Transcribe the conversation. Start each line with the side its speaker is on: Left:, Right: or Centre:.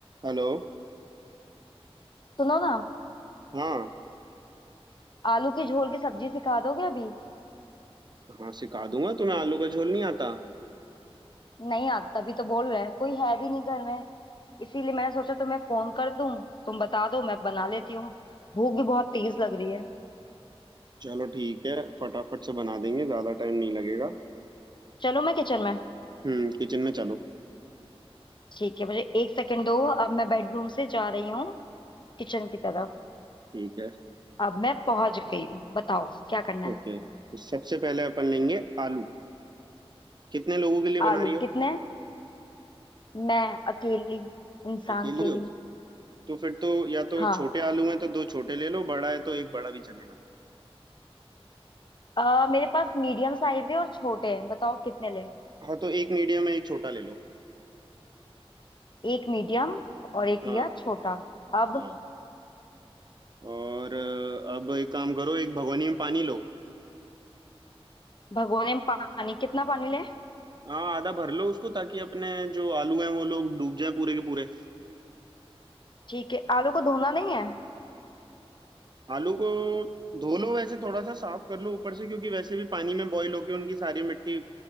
Right: Hello
Left: सुनो ना
Right: हाँ
Left: आलू के झोल की सब्जी सिखा दोगे अभी
Right: हाँ सिखा दूंगा तुम्हें आलू का झोल नहीं आता
Left: नहीं आता तभी तो बोल रहे हैं कोई है भी नहीं घर में इसीलिए मैंने सोचा तुम्हें फोन कर दूं तुम बता दो मैं बना लेती हूँ भूख भी बहुत तेज लग रही है
Right: चलो ठीक है फटाफट से बना देंगे ज्यादा टाइम नहीं लगेगा
Left: चलो मैं किचन में
Right: हम्म किचन में चलो
Left: ठीक है मुझे एक सेकंड दो अब मैं बेडरूम से जा रही हूँ किचन की तरफ
Right: ठीक है
Left: अब मैं पहुंच गई हूँ बताओ क्या करना है
Right: ओके तो सबसे पहले अपन लेंगे आलू कितने लोगों के लिए बना
Left: आलू
Right: रही हो
Left: कितने मैं अकेली इंसान
Right: अकेली
Left: के
Right: हो
Left: लिए
Right: तो फिर तो या तो
Left: हाँ
Right: छोटे आलू हैं तो दो छोटे ले लो बड़ा है तो एक बड़ा भी चलेगा
Left: अ, मेरे पास मीडियम साइज है और छोटे हैं बताओ कितने लें
Right: हाँ तो एक मीडियम है एक छोटा ले लो
Left: एक मीडियम और एक
Right: हाँ
Left: लिया छोटा अब
Right: हाँ और अ, अब एक काम करो एक भगोनी में पानी लो
Left: भगोने में पानी कितना पानी ले
Right: हाँ आधा भर लो उसको ताकि अपने जो आलू हैं वो लोग डूब जाए पूरे के पूरे
Left: ठीक है आलू को धोना नहीं है
Right: आलू को धो लो वैसे थोड़ा सा साफ कर लो ऊपर से क्योंकि वैसे भी पानी में बॉईल होके उनकी सारी मिट्टी